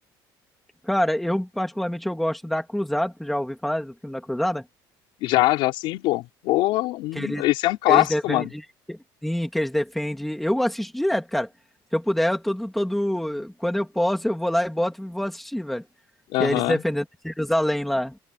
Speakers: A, in the centre; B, on the left.
A: Cara, eu particularmente eu gosto da Cruzada. Tu já ouviu falar do filme da Cruzada?
B: Já, já sim, pô. Pô, um-
A: Que eles,
B: esse é um clássico,
A: eles defendem.
B: mano.
A: Sim, que eles defendem. Eu assisto direto, cara. Se eu puder, eu todo, todo. Quando eu posso, eu vou lá e boto e vou assistir, velho. Que
B: Aham.
A: é eles defendendo Jerusalém lá.